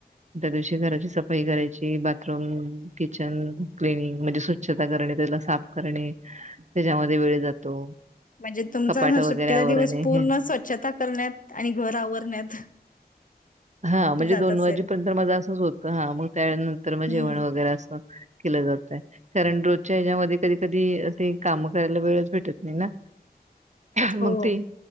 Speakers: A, on the right (about 45°); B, on the left (about 55°).
A: पण त्या दिवशी घराची सफा ई करायची, बाथरूम किचन क्लिनिंग म्हणजे स्वच्छता करणे, त्याला साफ करणे त्याच्यामध्ये वेळ जातो
B: म्हणजे तुमचा
A: कपाट वगैरे
B: सुट्टीचा
A: आवरणे
B: दिवस पूर्ण
A: हे.
B: स्वच्छता करण्यात आणि घर आवरण्यात
A: हा म्हणजे
B: जात
A: दोन
B: असेल
A: वाजेपर्यंत माझं असंच होतं हा मग त्या नंतर मग
B: हम्म
A: जेवण वगैरे असं केलं जात कारण रोजच्या ह्याच्यामध्ये कधी कधी ते काम करायला वेळच भेटत नाही ना. मग
B: हो
A: ते